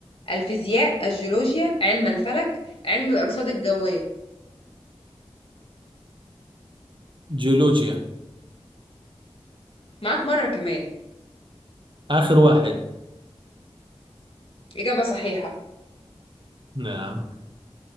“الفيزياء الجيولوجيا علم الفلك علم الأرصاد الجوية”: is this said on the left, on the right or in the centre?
Left